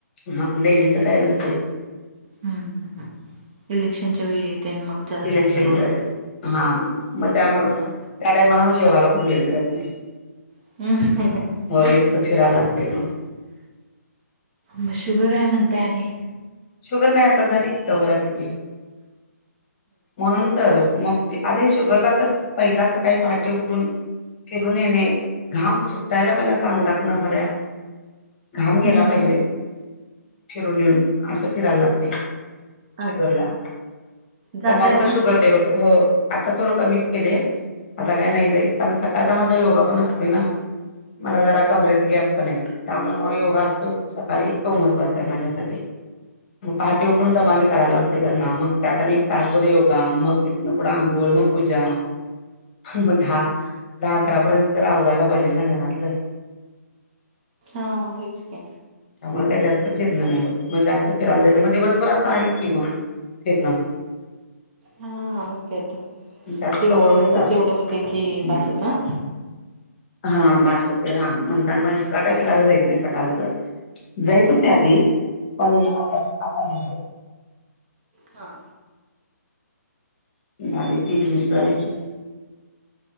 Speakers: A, on the left; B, on the right.
A: हा डेलीचं काय नसतय.
B: हम् ह इलेक्शनच्या वेळी येते मग जरा जास्त
A: इलेक्शनच्या
B: लोड येतच
A: हा मग त्यामुळ
B: हा
A: त्या टायमाला म जेवाला पण वेळ मिळत नाही.
B: <unintelligible>
A: हो इतकं फिरायला लागतय मग
B: म शुगर आहे म्हणत आणि,
A: शुगर नाही आता झाली, कवर आली ती. म्हणून तर मग आणि शुगरला तर पहिलाच काही पहाटे उठून फिरून येणे घाम सुट्टायला पहिला सांग आतन सगळ्या. घाम गेला
B: हा
A: पाहिजे, फिरून येऊन असं फिरायला लागते. शुगरला
B: अच्छा जाताय
A: तेव्हा कुठं
B: ना
A: शुगर लेवल हो आत्ता थोडं कमीच केलय आता काय नाही जाईत कारण स आता माझा योगा पण असतोय ना, मला जरा कमरत गॅप त्यामुळे म योगा असतो सकाळी तो महत्वाचा आहे माझ्यासाठी म पा ते उठून डबा मी करायला लागते. त्यांना मग त्यात आणि, तास भरी योगा मग तितन पुढ अंघोळ मग पूजा मग दहा दहा अकरापर्यंत तर आवरायला पाहिजेल ना घरातलं.
B: हा होयचकी
A: त्यामुळे त्याच्या <unintelligible> नाही होत मग जास्त फिरायला जाईच मग दिवसभर असं आहेच की मग फिरन
B: हा मग काय तर
A: त्यात
B: दिवसभराचच
A: कवरून जातंय
B: एवढं होतं कि
A: हम्म
B: बासच हा
A: हा बास होते हा म्हणताना मग एस्ट्रा काय फिरायला जायचय सकाळचं. जायत होते आधी पण आता आता नाही होत.
B: हा
A: आणि तीन मिनिटं राहिली.